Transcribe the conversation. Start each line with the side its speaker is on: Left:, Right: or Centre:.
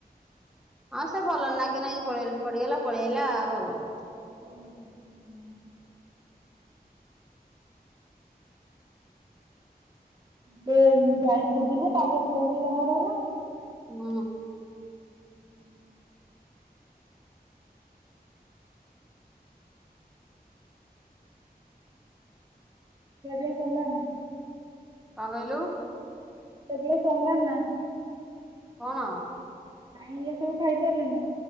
Centre: ହଁ ସେ ଭଲ ନାଗି ନାଗି ପଳେଇ ପଡିିଗଲା। ପଳେଇ ଆଇଲା ଭଲ।
Right: <unintelligible> <unintelligible> ଦିନେ <unintelligible> ବାହାର ହେଲା।
Centre: ହଁ।
Right: ହୁଁ। କେବେ କଲ ନା?
Centre: କଁ କହିଲୁ?
Right: ଖିଆପିଆ ସରିଲାଣି ନା?
Centre: କଣ?
Right: ନାଇଁ ଏଇ ସବୁ ଖାଇସାରିଲୁ